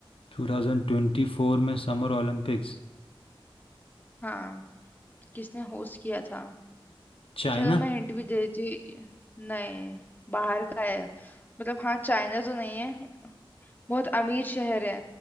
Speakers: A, on the left (about 75°); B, on the left (about 20°).
A: 2024 में summer Olympics
B: हाँ किसने होस्ट किया था
A: China
B: चलो मैं हिंट भी दे देती नहीं बाहर का है मतलब हाँ चाइना तो नहीं है बहुत अमीर शहर है